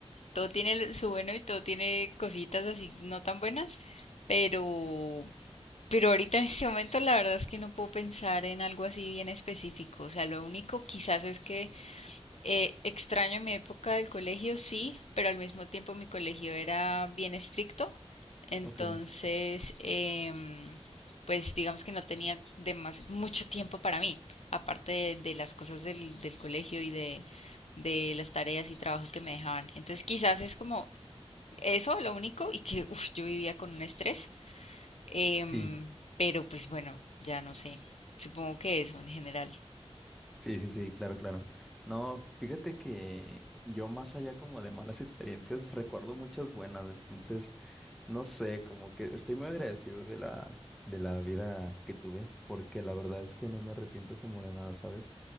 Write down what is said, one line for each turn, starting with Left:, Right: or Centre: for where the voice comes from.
Left: Todo tiene lo- su bueno y todo tiene cositas así no tan buenas, pero, pero ahorita en este momento la verdad es que no puedo pensar en algo así bien específico. O sea, lo único quizás es que eh, extraño mi época del colegio, sí, pero al mismo tiempo mi colegio era bien estricto, entonces,
Centre: Ok,
Left: em, pues digamos que no tenía demas- mucho tiempo para mí, aparte de, de las cosas del, del colegio y de, de las tareas y trabajos que me dejaban. Entonces, quizás es como eso lo único y que uf, yo vivía con un estrés, em,
Centre: sí.
Left: pero pues bueno, ya no sé, supongo que eso en general.
Centre: Sí, sí, sí, claro, claro. No, fíjate que yo más allá como de malas experiencias, recuerdo muchas buenas, entonces, no sé, como que estoy muy agradecido de la, de la vida que tuve, porque la verdad es que no me arrepiento como de nada, ¿sabes?